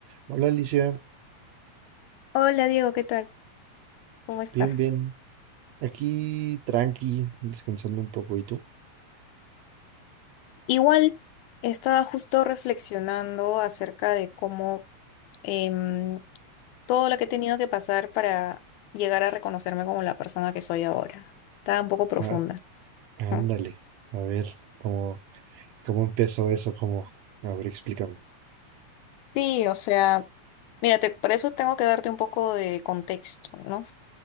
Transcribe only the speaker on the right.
Hola Alicia,
bien, bien. Aquí tranqui, descansando un poco. ¿Y tú?
Ah, ándale,
a ver cómo, cómo empezó eso, cómo. A ver, explícame.